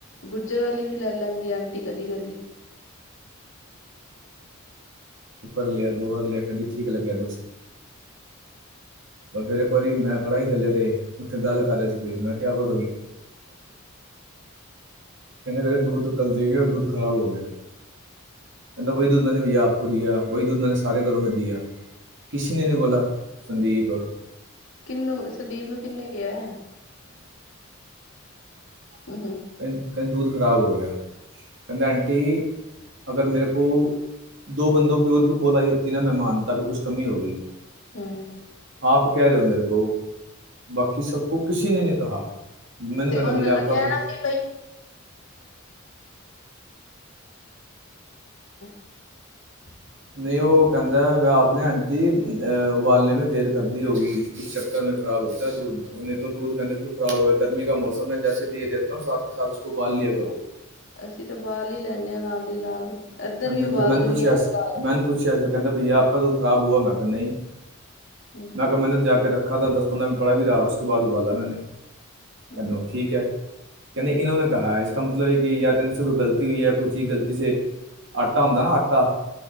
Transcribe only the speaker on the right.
ਲੇਆ, ਦੋ ਵਾਰ ਲੇਆ। ਕਦੀ ਠੀਕ ਲੱਗਿਆ ਫੇਿਰ ਇੱਕ ਵਾਰੀ ਮੈਂ ਖੜਾ ਈ ਗੱਲੇ ਤੇ। ਉੱਥੇ ਗੱਲ ਕਰ ਰੇਆ ਸੀ ਕੋਈ। ਮੈਂ ਕਿਆ <unintelligible> <unintelligible> <unintelligible> <inaudible>
<unintelligible>
<unintelligible>
<unintelligible>
ਕਹਿੰਦਾ
ਭਈਆ ਆਪਕਾ
ਵੀ
<unintelligible>
<inaudible>
<unintelligible>
<inaudible>
<unintelligible> ਆਟਾ ਹੁੰਦਾ ਨਾ ਆਟਾ